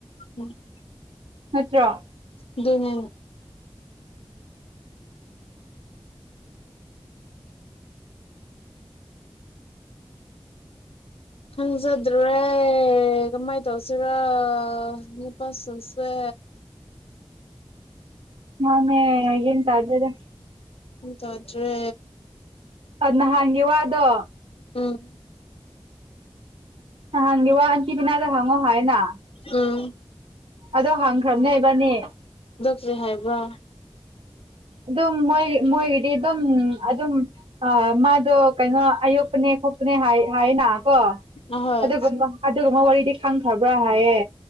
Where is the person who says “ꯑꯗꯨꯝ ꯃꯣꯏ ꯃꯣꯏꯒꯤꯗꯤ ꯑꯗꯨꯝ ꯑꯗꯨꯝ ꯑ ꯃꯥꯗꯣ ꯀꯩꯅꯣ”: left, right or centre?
Right